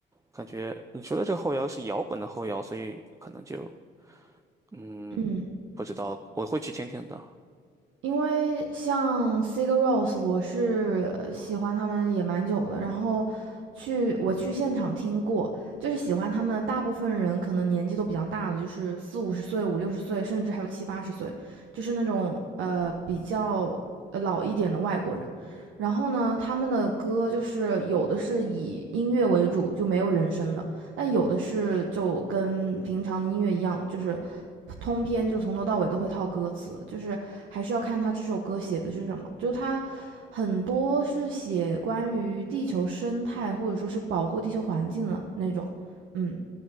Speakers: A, on the right; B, on the right.
A: 感觉你说的这个后摇是摇滚的后摇，所以可能就嗯不知道，
B: 嗯，
A: 我会去听听的。
B: 因为像 Sigur Rós，我是呃喜欢他们也蛮久了，然后去我去现场听过，就是喜欢他们大部分人可能年纪都比较大了，就是四五十岁、五六十岁，甚至还有七八十岁，就是那种呃比较呃老一点的外国人。然后呢，他们的歌就是有的是以音乐为主，就没有人声的，但有的是就跟平常的音乐一样，就是。通篇就从头到尾都会套歌词，就是还是要看他这首歌写的是什么。就是他很多是写关于地球生态或者说是保护地球环境的那种。嗯，